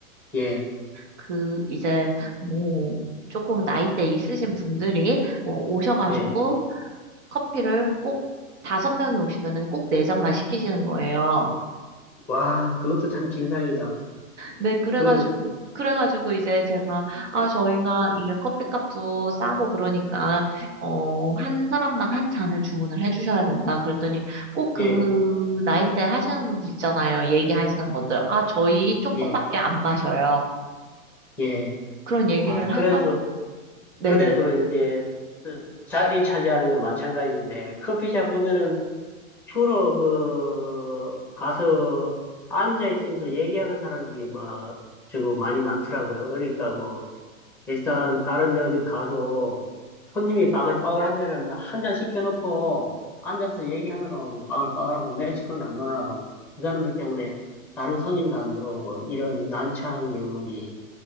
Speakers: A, in the centre; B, on the right (about 55°).
A: 예,
B: 그 이제 뭐 조금 나이대 있으신 분들이 뭐 오셔가지고
A: 예.
B: 커피를 꼭 다섯 명이 오시면은 꼭 네 잔만 시키시는 거예요.
A: 와, 그것도 참 진상이다.
B: 네, 그래가지고,
A: 그,
B: 그래가지고 이제 제가, 아, 저희가 이게 커피값도 싸고 그러니까, 어, 한 사람당 한 잔을 주문을 해주셔야 된다. 그랬더니 꼭 그
A: 예,
B: 나이대 하시는 분들 있잖아요. 얘기하시는 분들. 아, 저희 조금밖에
A: 예,
B: 안 마셔요.
A: 예.
B: 그런 얘기를
A: 아, 그래도
B: 해가, 네네.
A: 그래도 이제 그 자리 차지하는 건 마찬가지인데 커피숍 보면은 주로 그 가서 앉아 있으면서 얘기하는 사람들이 막 저거 많이 많더라고요. 그러니까 뭐 일단 다른 데 어디 가도 손님이 빠글빠글 한 데는 한 잔 시켜놓고 앉아서 얘기하느라고 하고 빠글빠글하고 매출은 안 올라가고 그 사람들 때문에 다른 손님도 안 들어오고 이런 난처한 경험이